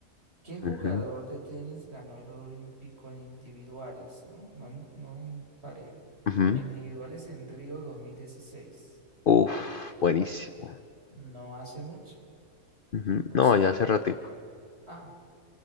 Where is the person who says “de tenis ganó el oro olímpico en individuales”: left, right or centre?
Right